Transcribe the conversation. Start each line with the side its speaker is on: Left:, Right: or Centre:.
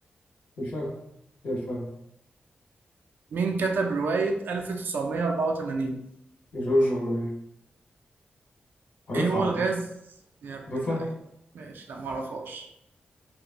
Left: الفهد هي الفهد
Right: مين كتب رواية 1984؟
Left: جورج أوريل قريتها
Right: ايه هو
Left: على
Right: الغاز؟
Left: فكرة
Right: يا ابن
Left: قريتها؟
Right: اللعيبة ماشي لا معرفهاش